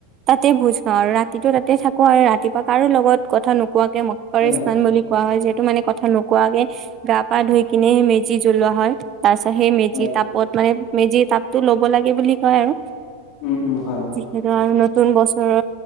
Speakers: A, on the right (about 30°); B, on the left (about 45°).
A: তাতে ভোজ খাওঁ। আৰু ৰাতিটো তাতে থাকোঁ আৰু ৰাতিপুৱা কাৰো লগত কথা নোকোৱাকে। <unintelligible>
B: হয় হয়
A: কোৱা হয়, যিহেতু মানে কথা নোকোৱাকে গা পা ধুই কিনে মেজি জ্বলোৱা হয়। তাৰ পাছত সেই
B: হয়
A: মেজি তাপত মানে মেজিৰ তাপটো ল'ব লাগে বুলি কয় আৰু।
B: উম, উম হয়।
A: সেইটো আৰু নতুন বছৰৰ